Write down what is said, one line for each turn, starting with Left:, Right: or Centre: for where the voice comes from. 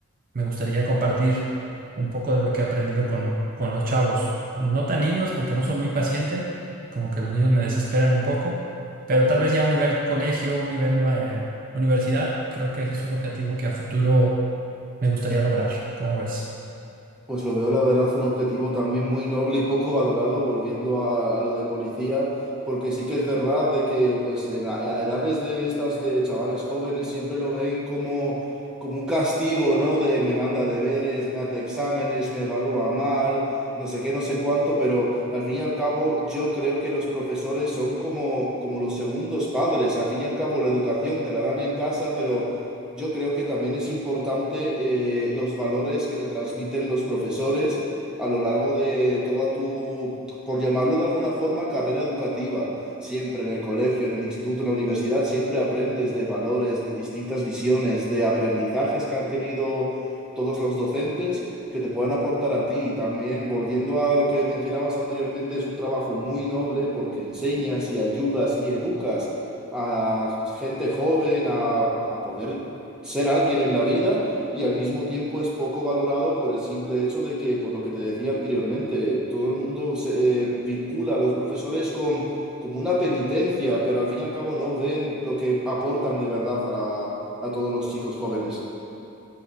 Right: Me gustaría compartir un poco de lo que he aprendido con, con los chavos. No tan niños, porque no soy muy paciente, como que los niños me desesperan un poco, pero tal vez ya a un nivel colegio, un nivel eh, universidad, creo que ese es un objetivo que a futuro me gustaría lograr, ¿cómo ves?
Centre: Pues lo veo, la verdad, un objetivo también muy noble y poco valorado, volviendo a, a lo de policía, porque sí que es verdad de que, pues, en la- a edades de estas de chavales jóvenes siempre lo ven como, como un castigo, ¿no? De me manda deberes, me hace exámenes, me evalúa mal, no sé qué, no sé cuánto, pero al fin y al cabo yo creo que los profesores son como, como los segundos padres. Al fin y al cabo la educación te la dan en casa, pero yo creo que también es importante eh, los valores que te transmiten los profesores a lo largo de toda tu, por llamarlo de alguna forma, carrera educativa. Siempre en el colegio, en el instituto, en la universidad, siempre aprendes de valores, de distintas visiones, de aprendizajes que han tenido todos los docentes que te puedan aportar a ti. Y También, volviendo a lo que mencionabas anteriormente, es un trabajo muy noble porque enseñas y ayudas y educas a gente joven a, a poder ser alguien en la vida y al mismo tiempo es poco valorado por el simple hecho de que, por lo que te decía anteriormente, todo el mundo se eh, vincula a los profesores con como una penitencia, pero al fin y al cabo no ven lo que aportan de verdad a la- a todos los chicos jóvenes.